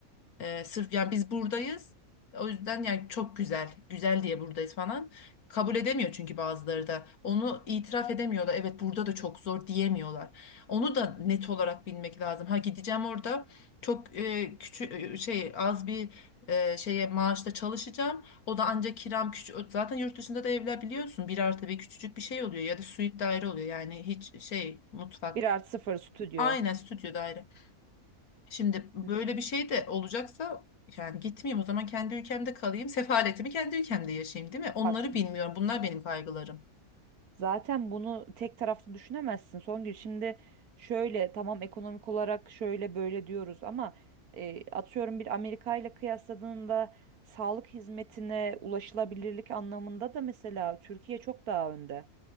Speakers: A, on the left; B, on the right.
A: Ee, sırf yani biz buradayız. O yüzden yani çok güzel, güzel diye buradayız falan. Kabul edemiyor çünkü bazıları da. Onu itiraf edemiyorlar. Evet burada da çok zor diyemiyorlar. Onu da net olarak bilmek lazım. Ha gideceğim orada çok e, küçük şey az bir e, şeye maaşla çalışacağım. O da ancak kiram küçük. Zaten yurt dışında da evler biliyorsun bir artı bir küçücük bir şey oluyor ya da suite daire oluyor. Yani hiç şey mutfak.
B: bir artı sıfır stüdyo.
A: Aynen stüdyo daire. Şimdi böyle
B: Hı.
A: bir şey de olacaksa yani gitmeyeyim o zaman kendi ülkemde kalayım. Sefaletimi kendi ülkemde yaşayayım değil mi? Onları
B: Bak
A: bilmiyorum. Bunlar benim kaygılarım.
B: Zaten bunu tek taraflı düşünemezsin. Songül şimdi şöyle tamam ekonomik olarak şöyle böyle diyoruz ama e, atıyorum bir Amerika ile kıyasladığında sağlık hizmetine ulaşılabilirlik anlamında da mesela Türkiye çok daha önde.